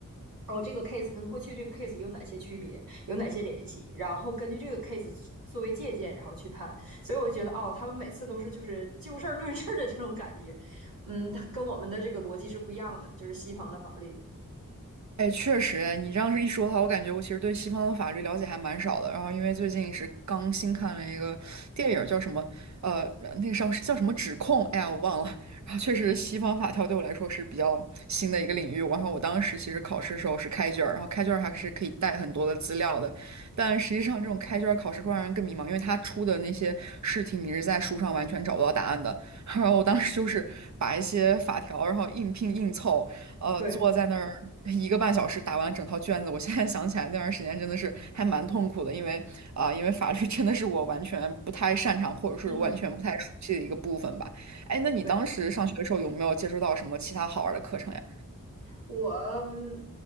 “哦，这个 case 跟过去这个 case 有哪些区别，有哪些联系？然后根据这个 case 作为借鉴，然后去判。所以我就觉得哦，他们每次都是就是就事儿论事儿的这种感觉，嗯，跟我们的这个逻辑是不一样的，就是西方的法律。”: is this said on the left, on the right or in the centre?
Right